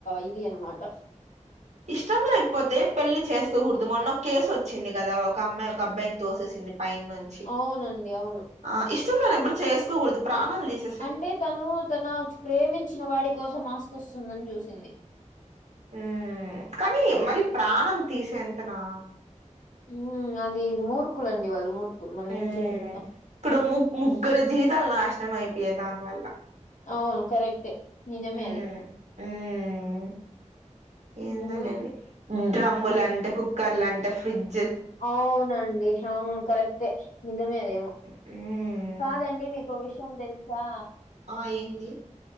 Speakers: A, on the left; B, on the right.
A: ఇది అన్మాట
B: ఇష్టం లేకపోతే పెళ్లి చేసుకోగూడదు మొన్న కేసు ఓచ్చింది గదా ఒక అమ్మాయి ఒక అబ్బాయిని తోసేసింద్ పైన నుం
A: అవునండి అవును
B: ఆ ఇష్టంలేనప్పుడు చేసుకోగూడదు ప్రాణాలు తీస్
A: అంటే తను తన ప్రేమించిన వాడి కోసం ఆస్తి వస్తుందని చూసింది
B: ఉమ్ కని మరి ప్రాణం తీసేంతనా
A: ఊ అది మూర్కులు అండి వాళ్ళు మూర్కులు మనం
B: ఉమ్
A: ఏం చేయగలుగుతాం
B: ఇప్పుడు ము ముగ్గురు జీవితాలు నాశనం అయిపోయి దాని వల్ల
A: అవును కరెక్టే నిజమే
B: ఉమ్
A: అది
B: ఉమ్ ఏందోలేండి
A: ఊ హు
B: డ్రమ్ములంట కుక్కర్లంట ఫ్రిడ్
A: అవునండి అవును కరెక్టే నిజమే అది ఎమో
B: ఊ
A: కాదండి మీకో విషయం తెలుసా
B: ఆ ఏంది